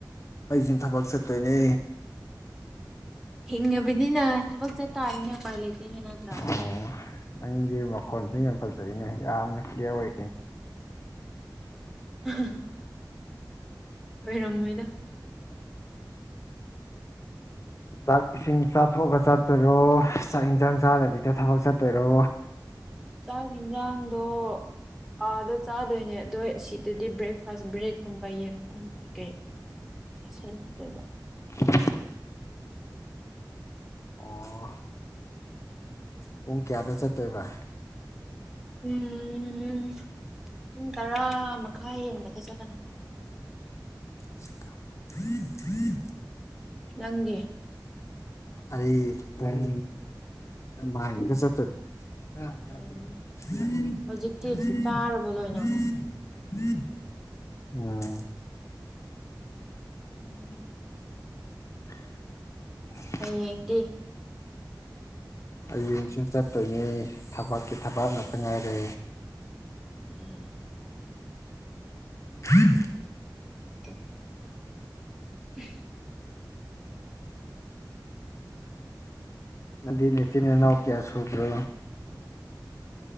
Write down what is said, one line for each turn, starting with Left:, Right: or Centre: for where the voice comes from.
Left: ꯑꯩꯖꯨꯝ ꯊꯕꯛ ꯆꯠꯇꯣꯏꯅꯦ
Centre: ꯍꯤꯡꯅꯕꯅꯤꯅ ꯊꯕꯛ ꯆꯠ ꯇꯥꯔꯦꯅꯦ ꯎꯄꯥꯏ ꯂꯩꯇꯦꯅꯦ ꯅꯠꯇ꯭ꯔꯥ
Left: ꯑꯣ ꯅꯪꯒꯤ ꯃꯈꯣꯟꯁꯦ ꯌꯥꯝ ꯐꯖꯩꯅꯦ ꯌꯥꯝꯅ ꯀ꯭ꯂꯤꯌꯥꯔ ꯑꯣꯏ
Centre: <unintelligible> ꯑꯣꯏꯔꯝꯃꯣꯏꯗ
Left: ꯆꯥꯛ ꯏꯁꯤꯡ ꯆꯥꯊꯣꯛꯑꯥꯒ ꯆꯠꯇꯣꯏꯔꯣ ꯆꯥꯛ ꯏꯟꯖꯥꯡ ꯆꯥꯗꯕꯤꯗ ꯊꯕꯛ ꯆꯠꯇꯣꯏꯔꯣ
Centre: ꯆꯥꯛ ꯌꯦꯟꯖꯥꯡꯗꯣ ꯑꯥꯗ ꯆꯥꯗꯣꯏꯅꯦ ꯑꯗꯣ ꯁꯤꯗꯗꯤ ꯕ꯭ꯔꯦꯛꯐꯥꯁ ꯕ꯭ꯔꯦꯗꯀꯨꯝꯕ ꯌꯦꯔꯨꯝꯒꯨꯝꯕ ꯀꯩ ꯀꯩ ꯆꯥꯁꯜꯂꯗꯣꯏꯕ
Left: <unintelligible> ꯑꯣ ꯄꯨꯡ ꯀꯌꯥꯗ ꯆꯠꯇꯣꯏꯕ
Centre: ꯎꯝ ꯄꯨꯡ ꯇꯔꯥ ꯃꯈꯥꯏ ꯍꯦꯟꯕꯗ ꯆꯠꯂꯅꯤ
Left: <unintelligible>
Centre: ꯅꯪꯗꯤ
Left: ꯑꯩ ꯄꯨꯡ ꯅꯥꯏꯟꯗ ꯆꯠꯇꯣꯏꯅꯤ <unintelligible>
Centre: ꯎꯝ ꯍꯧꯖꯤꯛꯇꯤ ꯆꯥꯔꯕꯣ
Left: ꯑꯥ
Centre: ꯂꯣꯏꯅ ꯎꯝ
Left: <unintelligible>
Centre: ꯍꯌꯦꯡꯗꯤ
Left: ꯍꯌꯦꯡꯁꯦ ꯆꯠꯇꯣꯏꯅꯦ ꯊꯕꯛꯀꯤ ꯊꯕꯛ ꯉꯥꯛꯇ ꯉꯥꯏꯔꯦ
Centre: ꯎꯝ ꯎꯝ
Left: <unintelligible>
Centre: <unintelligible> ꯍꯨꯝ
Left: ꯅꯪꯗꯤ ꯅꯆꯤꯟ ꯅꯅꯥꯎ ꯀꯌꯥ ꯁꯨꯕ꯭ꯔꯣ